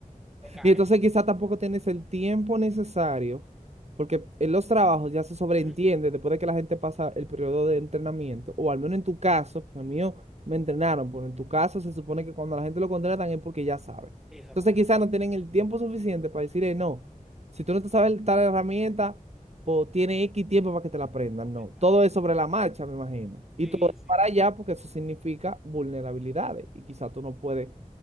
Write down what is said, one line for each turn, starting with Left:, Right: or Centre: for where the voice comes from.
Centre: te cae.
Right: Y entonces quizá tampoco tienes el tiempo necesario, porque en los trabajos ya se sobreentiende
Centre: Ujú.
Right: después de que la gente pasa el periodo de entrenamiento, o al menos en tu caso, porque en el mío me entrenaron, pero en tu caso se supone que cuando la gente lo contratan es porque ya sabe.
Centre: Exactamente.
Right: Entonces quizá no tienen el tiempo suficiente para decir, no, si tú no te sabes tal herramienta, pues tiene X tiempo para que te la aprendan.
Centre: No, mi
Right: No,
Centre: hermano.
Right: todo es sobre la marcha, me imagino. Y
Centre: Sí,
Right: todo es
Centre: sí.
Right: para allá porque eso significa vulnerabilidades y quizá tú no puedes